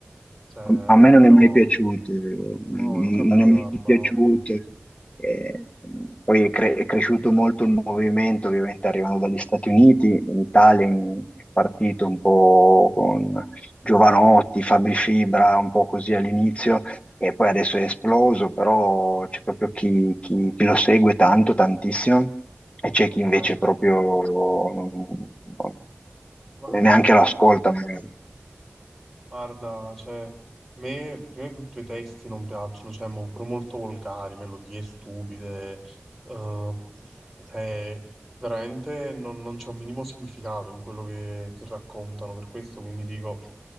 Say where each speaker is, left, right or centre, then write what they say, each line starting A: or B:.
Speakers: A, in the centre; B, on the left.
A: Cioè,
B: A me non
A: però,
B: è mai piaciuto, non
A: no, anche a me,
B: non è mai
A: guarda,
B: piaciuto. Eh, poi è, cre- è cresciuto molto il movimento, ovviamente arrivando dagli Stati Uniti, in Italia in- è partito un po' con Giovanotti, Fabri Fibra, un po' così all'inizio, e poi adesso è esploso, però c'è proprio chi, chi- chi lo segue tanto, tantissimo, e c'è
A: No,
B: chi invece
A: ma
B: proprio non- non-
A: ma
B: neanche
A: è-
B: lo ascolta magari.
A: guarda, cioè, a me prima di tutto i testi non piacciono, cioè, mo- pure molto volgari, melodie stupide, eh, cioè, veramente non, non c'è un minimo significato in quello che, che raccontano, per questo quindi dico,